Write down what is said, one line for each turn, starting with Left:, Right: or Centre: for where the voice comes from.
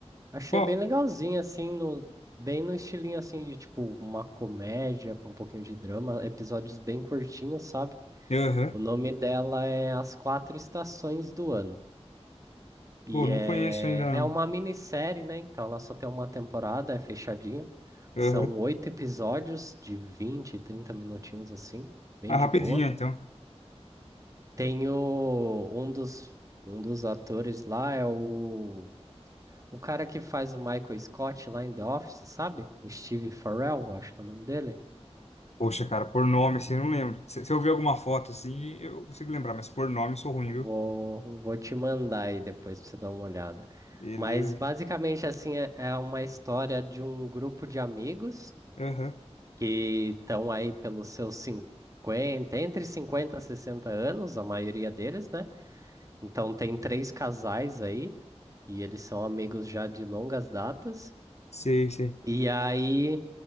Right: Achei
Left: Bom,
Right: bem legalzinha, assim, no, bem no estilinho assim de tipo uma comédia com um pouquinho de drama, episódios bem curtinhos, sabe?
Left: aham.
Right: O nome dela é As Quatro Estações do Ano. E
Left: Pô, não
Right: é,
Left: conheço ainda não.
Right: é uma minissérie, né? Então ela só tem uma temporada, é fechadinha.
Left: Aham.
Right: São oito episódios de 20, 30 minutinhos assim, bem
Left: Ah,
Right: de
Left: rapidinho
Right: boa.
Left: então.
Right: Tem o, um dos, um dos atores lá é o, o cara que faz o Michael Scott lá em The Office, sabe? O Steve Farrell, acho que é o nome dele.
Left: Poxa, cara, por nome assim, eu não lembro. Se, se eu ver alguma foto assim, eu consigo lembrar, mas por nome eu sou ruim,
Right: Vou,
Left: viu?
Right: vou te mandar aí depois pra você dar uma olhada.
Left: Beleza.
Right: Mas basicamente assim é, é uma história de um grupo de amigos
Left: Aham.
Right: que estão aí pelos seus cinquenta entre 50 e 60 anos, a maioria deles, né? Então tem três casais aí e eles são amigos já de longas datas.
Left: Sei, sei.
Right: E aí,